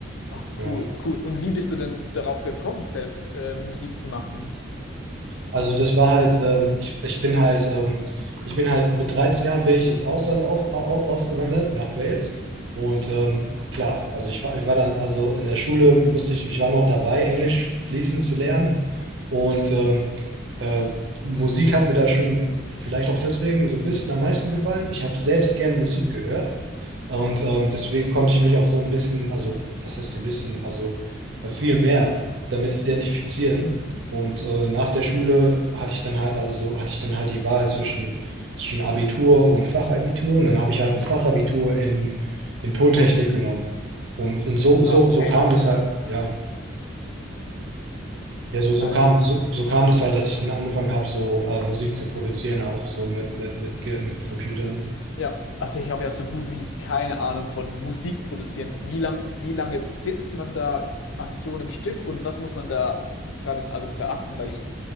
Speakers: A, on the left (about 75°); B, on the right (about 70°).
A: Ah,
B: Ja,
A: cool, cool. Und wie bist du denn darauf gekommen, selbst äh, Musik zu machen?
B: also das war halt, ähm, ich, ich bin halt, ähm, ich bin halt mit 13 Jahren bin ich ins Ausland auf, au, ausgewandert, nach Wales. Und ähm, klar, also ich war, ich war dann, also in der Schule musste ich, ich war noch dabei, Englisch fließend zu lernen. Und ähm, äh, Musik hat mir da schon vielleicht auch deswegen so ein bisschen am meisten gefallen. Ich habe selbst gern Musik gehört. Und ähm, deswegen konnte ich mich auch so ein bisschen, also was heißt ein bisschen, also äh, viel mehr damit identifizieren. Und äh, nach der Schule hatte ich dann halt, also hatte ich dann halt die Wahl zwischen, zwischen Abitur und Fachabitur. Und dann habe ich halt ein Fachabitur in, in Tontechnik genommen. Und, und so,
A: Wow,
B: so, so
A: okay.
B: kam das halt, ja, ja, so, so
A: Nice.
B: kam, so, so kam das halt, dass ich dann angefangen habe, so äh, Musik zu produzieren, auch so mit, mit, mit, Ge- mit Computern.
A: Ja, also ich habe ja so gut wie keine Ahnung von Musik produzieren. Wie lang, wie lange sitzt man da an so einem Stück und was muss man da, da denn alles beachten? Weil ich